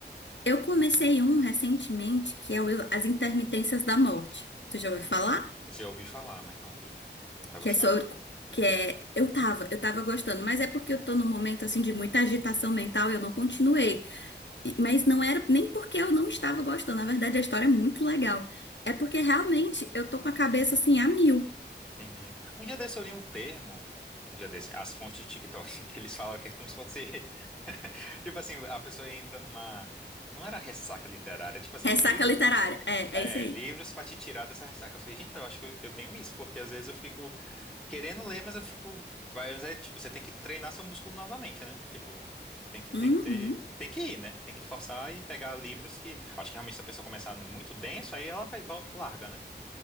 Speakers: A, on the left (about 75°); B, in the centre.
A: Eu comecei um recentemente, que é o As Intermitências da Morte. Tu já ouviu
B: Hum.
A: falar?
B: Já ouvi falar, mas não li. Tá
A: Que
B: gostando?
A: é sobre... Que é... Eu tava, eu tava gostando, mas é porque eu tô num momento, assim, de muita agitação mental e eu não continuei. E- Mas não era nem porque eu não estava gostando. Na verdade, a história é muito legal. É porque realmente eu tô com a cabeça assim a mil.
B: Entendi. Um dia desse eu li um termo, um dia desse, as fontes de TikTok, <laughs> que eles falam que é como se fosse. <laughs> Tipo assim, a pessoa entra numa. Não era ressaca literária, tipo assim,
A: Ressaca
B: livros.
A: literária. É,
B: É,
A: é isso aí.
B: livros pra te tirar dessa ressaca. Eu falei, gente, eu acho que eu, eu tenho isso, porque às vezes eu fico querendo ler, mas eu fico. Mas é, tipo, você tem que treinar seu músculo novamente, né? Tipo, tem que,
A: Uhum.
B: tem que ter. Tem que ir, né? Tem que forçar e pegar livros que. Acho que realmente se a pessoa começar no muito denso, aí ela vai, volta, larga, né?